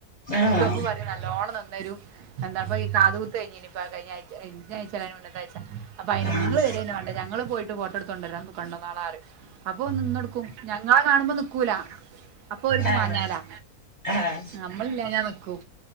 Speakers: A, on the left; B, on the right.
A: ആഹ്
B: അപ്പൊ പറയ് നല്ലോണ്ണം നിന്നരും എന്താ ഇപ്പ ഈ കാത് കുത്ത് കഴിഞ്ഞി നി ഇപ്പ കഴിഞ്ഞാഴിച്ച കയിഞ്ഞായിച്ചല്ല അയിന്റെ മുന്ന ത്തായിച്ച അപ്പയ്ന്
A: ആഹ്
B: ഇങ്ങൾ വരന്നെ വാണ്ട ഞങ്ങള് പോയിട്ട് ഫോട്ടടുത്ത് കൊണ്ട ര കൊണ്ടന്നോളാ റിം അപ്പം നിന്നെടുക്കും ഞങ്ങളെ കാണുമ്പം നിക്കൂല അപ്പൊ ഓൽക്ക്
A: ആഹ്
B: മാഞ്ഞാളാ
A: ആഹ്
B: നമ്മളില്ലാഞ്ഞാ നിക്കു